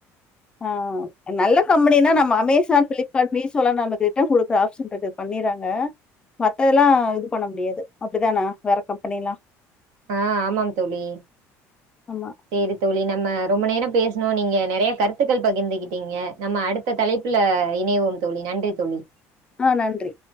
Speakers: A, on the left (about 15°); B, on the right (about 90°).
A: ஆ நல்ல கம்பெனினா நம்ம அமேசான் ஃபிளிப்கார்ட் மீசோல நமக்கு ரிட்டன் கொடுக் தே ஆப்ஷன் தெட் இத பண்ணிறாங்க மத்ததெல்ல இது பண்ண முடியாது அப்டிதான வேற கம்பெனில்லா
B: ஆஹ் ஆமாம் தோழி
A: ஆமா.
B: செரி தோழி நம்ம ரொம்ப நேரம் பேசணோ நீங்க நெறைய கருத்துக்கள் பகிர்ந்துகிட்டீங்க நம்ம அடுத்த தலைப்புல இணைவோம் தோழி நன்றி தோழி
A: ஆஹ் நன்றி